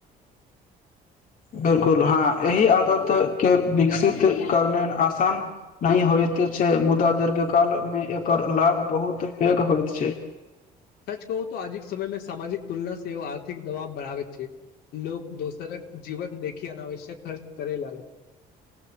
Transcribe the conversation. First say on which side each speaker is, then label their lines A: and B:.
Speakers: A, on the left; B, on the left.
A: बिलकुल हँ एहि आदत के विकसित करने आसान नहि होइत छै मुदा दीर्घ कालमे एकर लाभ बहुत पैघ होइत छै
B: सच कहूऽ आजिक समय मे सामजिक तुलना सेहो आर्थिक दबाव बढ़ाव छै लोक दोसरक जीवन देखी अनावश्यक कार्च करे लागे छै